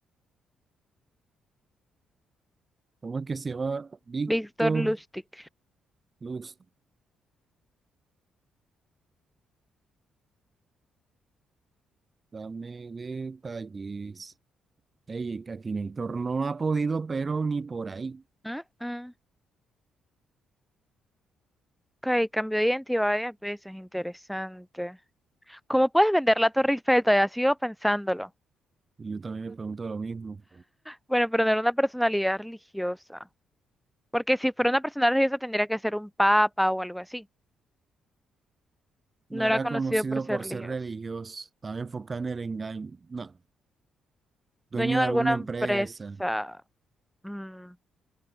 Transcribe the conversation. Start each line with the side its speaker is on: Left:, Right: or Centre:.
Right: ¿Cómo es que se llama? Víctor
Centre: Víctor Lustig.
Right: Luz. Dame detalles. Ey, Akinator no ha podido, pero ni por ahí.
Centre: Mm, mm. Ok, cambió de identidad varias veces, interesante. ¿Cómo puedes vender la Torre Eiffel? Todavía sigo pensándolo.
Right: Y yo también me pregunto lo mismo.
Centre: Bueno, pero no era una personalidad religiosa. Porque si fuera una persona religiosa tendría que ser un papa o algo así.
Right: No
Centre: No
Right: era
Centre: era conocido
Right: conocido
Centre: por ser
Right: por
Centre: religioso.
Right: ser religioso, estaba enfocado en el engaño. No, dueño
Centre: Dueño de
Right: de
Centre: alguna
Right: alguna
Centre: empresa.
Right: empresa,
Centre: mm,